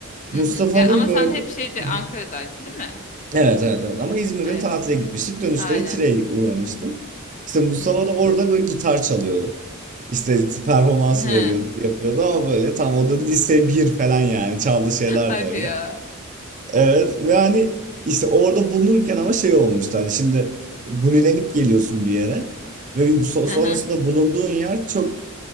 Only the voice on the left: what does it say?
Hı hı. Ya ama
sen hep şeydi
Ankara'daydın değil mi?
Evet.
Aynen.
Hı hı.
<laughs>
Hadi
ya.
Aha.